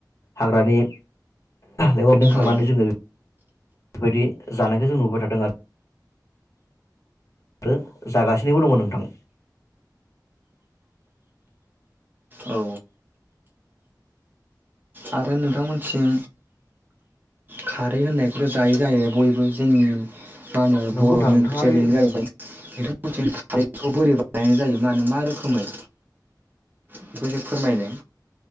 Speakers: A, on the left (about 45°); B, on the right (about 25°).
A: हाग्रानि लेवादों खांनानै
B: औ
A: जोङो बेबायदि जानायखौ जों नुबाय थादों आरो जागासिनोबो दङ' नोंथां।
B: औ आरो नोंथांमोनसिम खारै होननायखौथ' जायो जायो बयबो जोंनि मा होनो
A: नंगौ
B: बर'नि
A: नोंथां नोंथाङा
B: ओंख्रिया
A: आरो
B: बेनो जाहैबाय नोथांमोनथिं खारैखौ बोरै बा गायनाय जायो मा होनो मा रोखोमै? बेखौ एसे फोरमायनाय